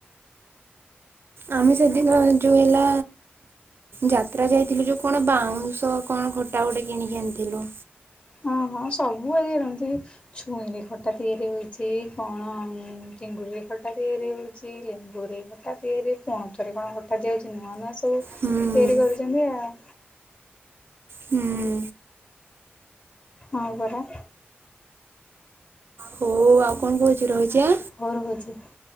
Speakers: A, on the right (about 60°); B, on the left (about 30°).
A: ଆମେ ସେଦିନ ଯୋଉ ହେଲା ଯାତ୍ରା ଯାଇଥିଲୁ ଯୋଉ କଣ ବାଉଁଶ କଣ ଖଟା ଗୋଟେ କିଣିକି ଆଣିଥିଲୁ।
B: ହଁ ହଁ ସବୁଆ ରହୁଛି ଛୁଇଁ ରେ ଖଟା ତିଆରି ହଉଛି କଣ ଚିଙ୍ଗୁଡ଼ିରେ ଖଟା ତିଆରି ହଉଛି ଲେମ୍ବୁ ରେ ଖଟା ତିଆରି କଣଥରେ କଣ ଖଟା ଦିଆଯାଉଛି ନୂଆ ନୂଆ ସବୁ
A: ହୁଁ
B: ଡେରି କରୁଛନ୍ତି ଆଉ।
A: ହୁଁ
B: ହ ବରା।
A: ହଉ ଆଉ କଣ କହୁଚୁ ରହୁଛି ଆଁ।
B: ହଉ ରହୁଛି।